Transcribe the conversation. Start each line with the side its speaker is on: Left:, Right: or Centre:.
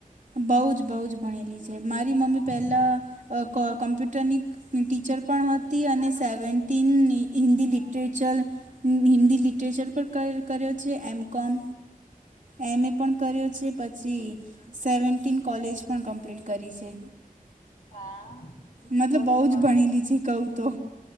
Right: બહુ જ બહુ જ ભણેલી છે મારી મમ્મી
Left: હા
Right: પહેલાં અ ક કમ્પ્યુટરની ટીચર પણ હતી અને seventeen Hindi literature Hindi literature પર કર્યો છે એમ કોમ એમ એ પણ કર્યો છે પછી સેવન્ટીન કોલેજ પણ કમ્પ્લીટ કરી છે.
Left: હા
Right: મતલબ
Left: તો
Right: બઉ
Left: તો
Right: જ
Left: વાંધો
Right: ભણેલી છે કઉ તો